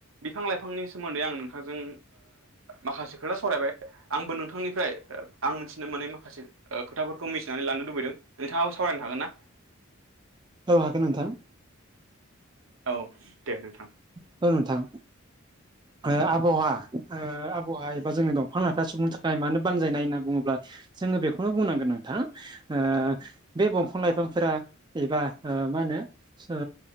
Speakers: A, on the right (about 65°); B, on the right (about 20°).
A: बिफां लाइफांनि सोमोन्दै आं नोंथांजों माखासे खोथा सावरायबाय आंबो नोंथांनिफ्राय आं मिथिनो मोननै माखासे खोथाफोरखौ मिथिनानै लानो लुबैदों नोंथाङाबो सावरायनो हागोन ना।
B: औ हागोन नोंथां।
A: औ दे नोंथां।
B: <unintelligible> नोथां ओ आबहावा ओ आबहावा एबा जोंनि दंफां लाइफाया सुबुंनो थाखाय मानो बानजायनाय होनना बुङोब्ला जोङो बेखौनो बुंनांगोन नोंथां ओ बे दंफां लाइफांफोरा एबा ओ मा होनो ओ